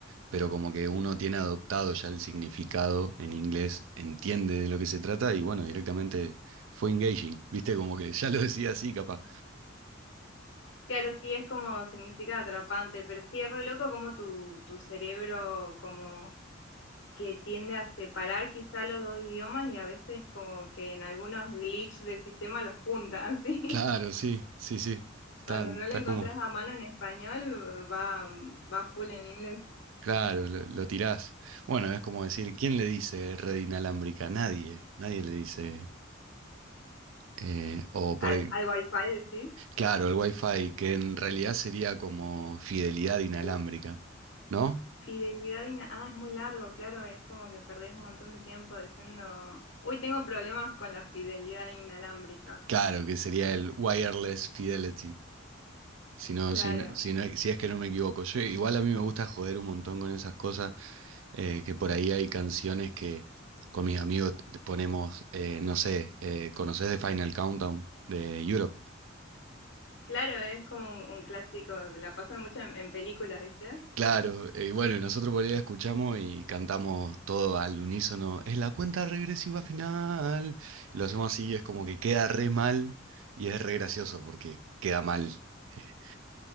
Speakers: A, on the right; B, on the left.
A: pero como que uno tiene adoptado ya el significado en inglés, entiende de lo que se trata y bueno, directamente fue engaging, ¿viste? Como que ya lo decía así, capaz.
B: Claro, sí, es como significa atrapante, pero sí es re loco como tu, tu cerebro como que tiende a separar quizá los dos idiomas y a veces como que en algunos glitch de sistema los junta, así.
A: Claro,
B: <laughs>
A: sí, sí, sí, está,
B: Cuando
A: está
B: no lo encontrás
A: como,
B: a mano en español, va, va full en inglés.
A: claro, lo, lo tirás. Bueno, es como decir, ¿quién le dice red inalámbrica? Nadie, nadie le dice... eh, o por
B: Al,
A: el,
B: al wifi decís.
A: claro, el Wi-Fi, que en realidad sería como fidelidad inalámbrica,
B: Uh,
A: ¿no?
B: Fidelidad y na- Ah, es muy largo, claro, es como que perdés un montón de tiempo diciendo, uy, tengo problemas con la fidelidad inalámbrica.
A: Claro, que sería el wireless fidelity. Si no,
B: Claro,
A: si, no- si, no- si es que no me equivoco. Yo, igual a mí me gusta joder un montón con esas cosas, eh, que por ahí hay canciones que con mis amigos t- ponemos, eh, no sé, eh, ¿conocés The Final Countdown de Europe?
B: claro, es como un, un clásico, la pasan mucho en, en películas, ¿viste?
A: Claro, eh, y bueno, nosotros por ahí la escuchamos y cantamos todo al unísono, es la cuenta regresiva final. Y Lo hacemos así, es como que queda re mal y es re gracioso porque queda mal. Eh,